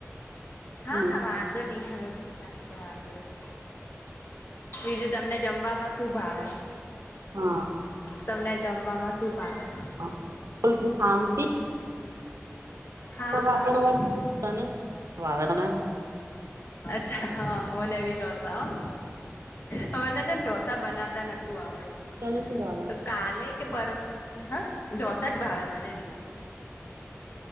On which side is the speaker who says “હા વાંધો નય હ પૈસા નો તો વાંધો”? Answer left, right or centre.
Left